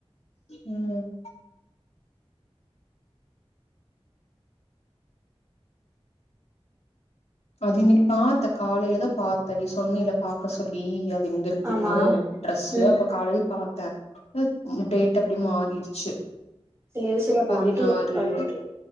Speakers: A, on the left; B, on the right.
A: ம் அது இன்னைக்கு பாத்த காலையிலதான் பாத்தே நீ சொன்ன இல பாக்க சொல்லி அ எங்க இருக்குன்னு
B: ஆமா
A: ட்ரெஸு
B: ம்
A: அப்ப காலையில் பார்த்தே ட <unintelligible> <unintelligible> அப்படியே மாறிடுச்சு
B: சேரி சேரி அப்ப
A: பதினாறு
B: ஒன்று பதினோரு